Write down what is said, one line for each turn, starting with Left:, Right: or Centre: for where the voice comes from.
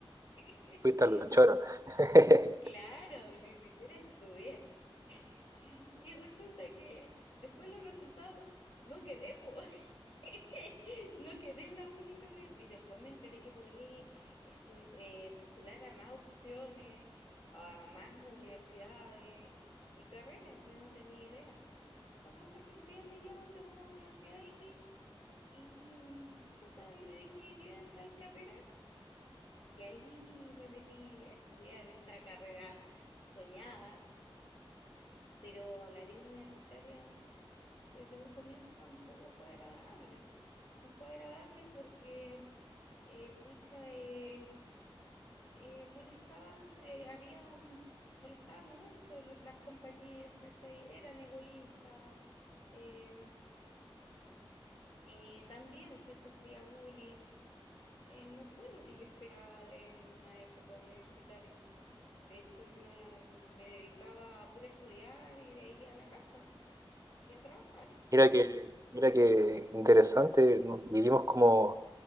Left: <laughs>
Right: Fuiste a los choros. <laughs>
Left: Claro, ni siquiera estudié. <laughs> Y resulta que después los resultados no quedé, po. <laughs> <laughs> No quedé en la única universidad. Y después me enteré que podía estu- eh, postular a más opciones, a más universidades y carreras. Yo no tenía idea. La cosa es que un día me llaman de una universidad X y chuta, y le dije, ¿tienen tal carrera? Y ahí me metí a estudiar esta carrera soñada, pero la vida universitaria desde un comienzo tampoco fue agradable. No fue agradable porque, eh, pucha, eh, eh, molestaban, eh, había un- molestaban mucho la- las compañeras, ¿cachai? Eran egoístas, eh, eh, también se sufría bullying. Eh, no fue lo que yo esperaba de una época universitaria. De hecho, yo me dedicaba a pura estudiar y de ahí a la casa y a trabajar.
Right: Mira que, mira que interesante. ¿no? Vivimos como